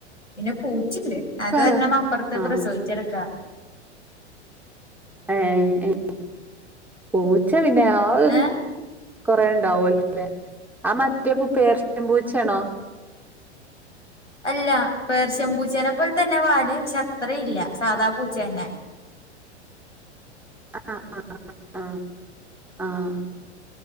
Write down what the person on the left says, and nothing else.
പിന്നെ പൂച്ചണ്ട് അതൊരെണ്ണം
അപ്പറത്ത്
പ്രസവിച്ചെടക്കാ.
ഏഹ്
അല്ല പേർഷ്യൻ പൂച്ചേനെ പോലെ തന്നെ വാല്. പക്ഷെ അത്ര ഇല്ല സാധാ പൂച്ചേന്നെ.